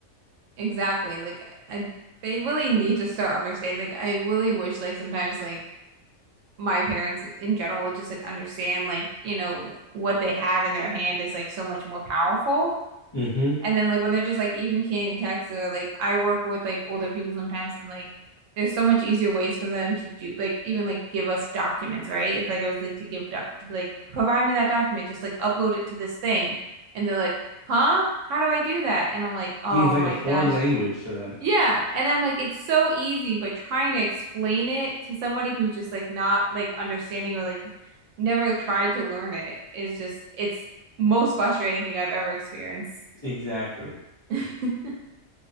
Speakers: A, on the right; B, on the left.
A: exactly. Like I they really need to start understanding. Like I really wish like sometimes like my parents in general would just like understand like, you know, what they have in their hand is like so much more powerful.
B: Mm-hmm.
A: And then like when they're just like even can't even text or like I work with like older people sometimes and like there's so much easier ways for them to do like even like give us documents, right? If like I was like to give doc to be like provide me that document, just like upload it to this thing. And they're like, "Huh? How do I do that?" And I'm like, "Oh
B: Yeah, it's like
A: my
B: a foreign
A: gosh."
B: language to them.
A: Yeah, and I'm like it's so easy, but trying to explain it to somebody who's just like not like understanding or like never tried to learn it is just it's most frustrating thing I've ever experienced.
B: Exactly.
A: <laughs>